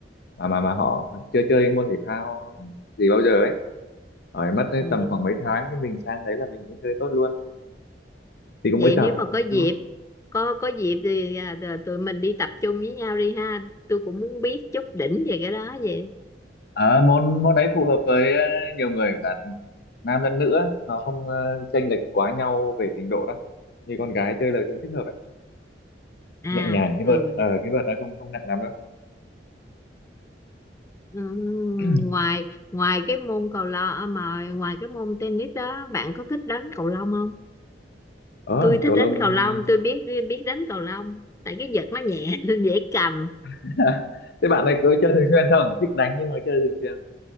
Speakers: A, on the left; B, on the left.
A: mà mà, mà họ chưa chơi môn thể thao gì bao giờ ấy hỏi mất tới
B: ừ.
A: tầm khoảng mấy tháng thì mình sang đấy là mình cũng chơi tốt luôn thì cũng
B: vậy
A: mới tập
B: nếu mà có
A: một
B: dịp
A: chút
B: có có dịp thì à, tờ- tụi mình đi tập trung với nhau đi ha tôi cũng muốn biết chút đỉnh về cái đó vậy
A: Ờ, môn môn đấy phù hợp với ờ, nhiều người cả nam lẫn nữ á. nó không ờ, chênh lệch quá nhau về trình độ đâu như con gái chơi là cũng thích hợp ấy
B: à
A: nhẹ nhàng cái
B: ừ.
A: vợt ờ, cái vợt nó không không nặng lắm đâu
B: Ừ,
A: <clears throat>
B: ngoài ngoài cái môn cầu lông à, mà ngoài cái môn tennis đó bạn có thích đánh cầu lông không
A: ờ
B: tôi thích
A: cầu
B: đánh
A: lông
B: cầu
A: ờ,
B: lông tôi biết biết đánh cầu lông tại cái vợt nó nhẹ <laughs> dễ cầm
A: <laughs> thế bạn này có chơi thường xuyên không thích đánh nhưng mà chơi thường xuyên